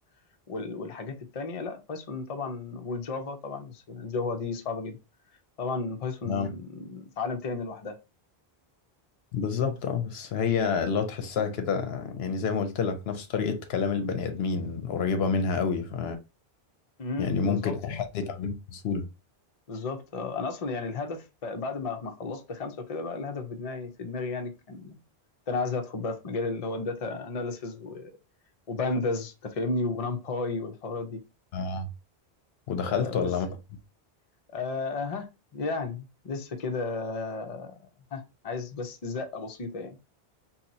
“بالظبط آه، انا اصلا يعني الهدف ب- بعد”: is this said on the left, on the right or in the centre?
Left